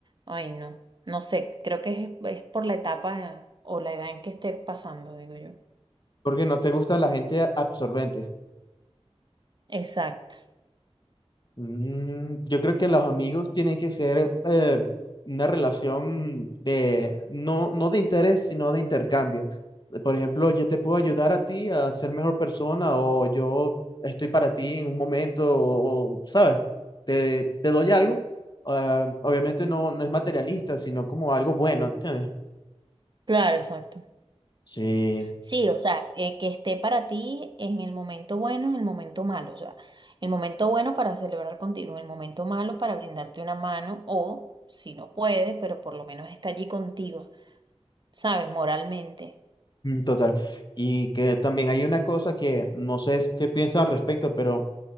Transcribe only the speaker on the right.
ay, no, no sé, creo que es, es por la etapa eh, o la edad en que esté pasando, digo yo.
Exacto,
claro, exacto.
Sí, o sea, eh, que esté para ti en el momento bueno, en el momento malo, o sea, el momento bueno para celebrar contigo, en el momento malo para brindarte una mano o, si no puede, pero por lo menos está allí contigo, ¿sabes? Moralmente,